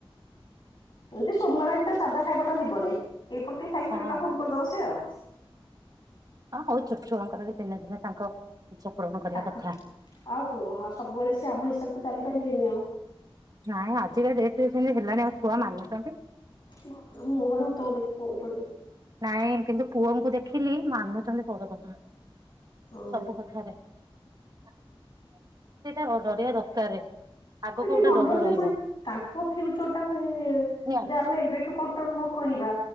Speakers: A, on the left; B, on the right.
A: ଏମତି ସୋମବାର ହରୀକା ତ ସାଧା ଖାଇବା ଟା ଯିବନି। ଏଇପଟୁ ଟିକେ ଖାଇକି
B: ହଁ
A: ପେଟଟା
B: ଅ
A: ଫୁଲ କରିଦବ ସେ ଆଉ।
B: ହଉ ଛୋଟ ଛୁଆଙ୍କର ବି ଦିନେ ଦିନେ ତାଙ୍କ ଇଚ୍ଛା ପୂରଣ କରିବା
A: ତାଙ୍କ
B: କଥା
A: ଆଉ କଣ ଆଉ ସବୁବେଳେ ସେ ଆମ ହିସାବରେ ତ ଚାଲିପାରିବେନି ଆଉ।
B: ନାଇଁ ଆଜିକା ଡେଟ ଯେମତି ହେଲାଣି ଆଉ ଛୁଆ ମାନୁ
A: ବାପ୍ ରେ ମୁଁହରେ ଉତ୍ତର ଦେଇକି ପଳାଉଛନ୍ତି।
B: ନାଇଁ କିନ୍ତୁ ପୁଅଙ୍କୁ ଦେଖିଲି ମାନୁଛନ୍ତି ବଡ କଥା।
A: ହୁଁ
B: ସବୁ କଥାରେ ସେଇଟା ଡରିବା ଦରକାର।
A: ସେମାନେ
B: ଆଗକୁ ଗୋଟେ
A: ଟିକେ ନଡରିଲେ
B: ଡର ରହିବ
A: ପୁଣି ତାଙ୍କ ଫ୍ୟୁଚର ଟା ପୁଣି ଯଦି
B: ନିହାତି।
A: ଆମେ ଏବେଠୁ କଣ୍ଟ୍ରୋଲ ନ କରୁ କରିବା